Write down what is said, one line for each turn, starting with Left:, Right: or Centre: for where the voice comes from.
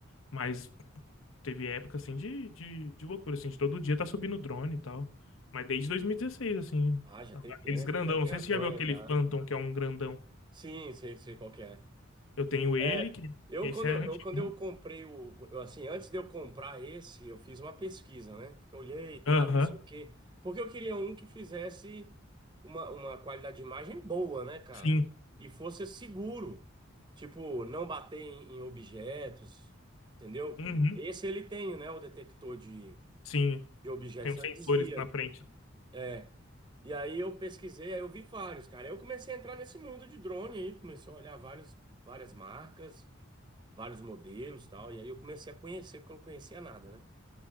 Left: Mas teve época, assim, de, de, de loucura, assim, de todo dia tá subindo drone e tal. Mas desde 2016, assim,
Right: Ah, já
Left: aqueles
Right: tem tempo,
Left: grandão.
Right: já tem
Left: Não sei
Right: as
Left: se você
Right: manhas
Left: já viu aquele
Right: já.
Left: Phantom, que é um grandão.
Right: Sim, sei, sei qual que é.
Left: Eu tenho
Right: É,
Left: ele, que
Right: eu
Left: esse
Right: quando
Left: é
Right: eu,
Left: antigo.
Right: eu quando eu comprei o, eu, assim, antes de eu comprar esse, eu fiz uma pesquisa, né? Porque eu olhei e
Left: Aham,
Right: tal, não sei o quê, porque eu queria um que fizesse uma, uma qualidade de imagem boa, né, cara?
Left: sim.
Right: E fosse seguro, tipo, não bater em, em objetos, entendeu?
Left: Uhum,
Right: Esse ele tem, né, o detector de,
Left: sim.
Right: de objetos,
Left: Tem
Right: então
Left: os sensores
Right: ele desvia.
Left: na frente.
Right: É. E aí eu pesquisei, aí eu vi vários, cara. Aí Eu comecei a entrar nesse mundo de drone aí, comecei a olhar vários, várias marcas vários modelos e tal. E aí eu comecei a conhecer, porque eu não conhecia nada, né?